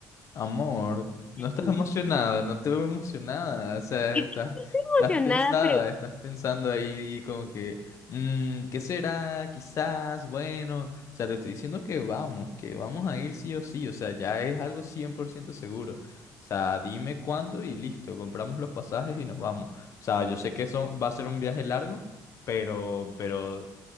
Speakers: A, on the left; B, on the left.
A: Amor, no
B: a
A: estás
B: Yu?
A: emocionada, no te veo emocionada, o sea,
B: Es
A: estás,
B: que Estoy
A: estás pensada,
B: emocionada, pero...
A: estás pensando ahí como que, mm, ¿qué será? Quizás, bueno, o sea, te estoy diciendo que vamos, que vamos a ir sí o sí, o sea, ya es algo 100% seguro. O sea, dime cuándo y listo, compramos los pasajes y nos vamos. O sea, yo sé que eso va a ser un viaje largo, pero, pero